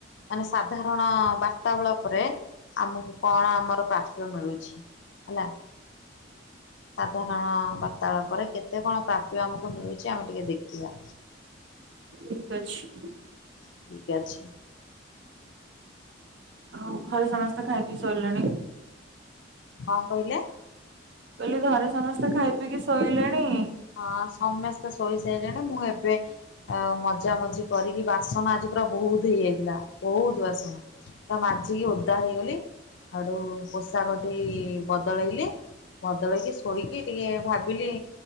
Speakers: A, on the left (about 65°); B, on the right (about 60°).
A: ମାନେ ସାଧାରଣ ବାର୍ତ୍ତା ବେଳା ପରେ ଆମକୁ କଣ ଆମର ପ୍ରାଥ୍ୟ ମିଳୁଛି। ହେଲା ସାଧାରଣ ବାର୍ତ୍ତାଳା ପରେ କେତେ କଣ ପ୍ରାପ୍ୟ ଆମକୁ ମିଳୁଚି ଆମେ ଟିକେ ଦେଖିବା।
B: ଠିକ ଅଛି।
A: ଠିକ ଅଛି।
B: ଆଉ ଘରେ ସମସ୍ତେ ଖାଇପିଇ ଶୋଇଲେଣି?
A: ହଁ କହିଲେ?
B: ମୁଁ କହିଲି ଘରେ ସମସ୍ତେ ଖାଇ ପିଇକି ଶୋଇଲେଣି?
A: ହଁ ସମସ୍ତେ ଶୋଇସାଇଲେଣି ମୁଁ ଏବେ ଆଉ ମଜାମଜି କରିକି ବାସନ ଆଜି ପୁରା ବୋହୁତ ହେଇଯାଇଥିଲା ବୋହୁତ ବାସନ। ପୁରା ମାଜିକି ଓଦା ହେଇଗଲି ହେଠୁ ପୋଷାକଟି ବଦଳେଇଲି ବଦଳେଇକି ଶୋଇକି ଟିକେ ଭାବିଲି